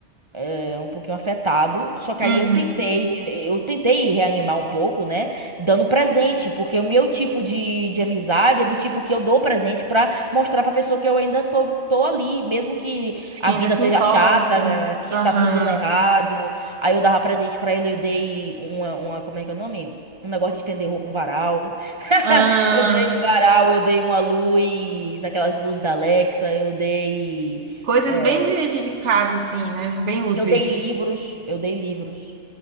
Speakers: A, on the right; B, on the right.
A: é um pouquinho afetado, só que
B: Uhum.
A: aí eu tentei, eu tentei reanimar um pouco, né, dando presente, porque o meu tipo de, de amizade é do tipo que eu dou presente pra mostrar pra pessoa que eu ainda tô, tô ali, mesmo que a
B: Quem
A: vida
B: ainda se
A: esteja
B: importa.
A: chata, que
B: Aham.
A: tá tudo dando errado, aí eu dava presente pra ele, eu dei uma, uma, como é que é o nome? Um negócio de estender roupa, um varal. <laughs>
B: Ah,
A: Eu dei um varal, eu dei uma luz, aquelas luzes da Alexa, eu dei.
B: coisas
A: é,
B: bem de, de de casa, assim, né? Bem úteis.
A: eu dei livros, eu dei livros